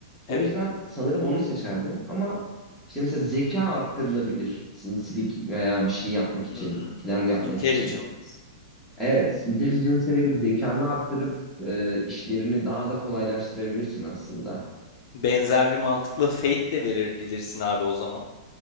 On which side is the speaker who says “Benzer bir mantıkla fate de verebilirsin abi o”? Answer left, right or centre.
Left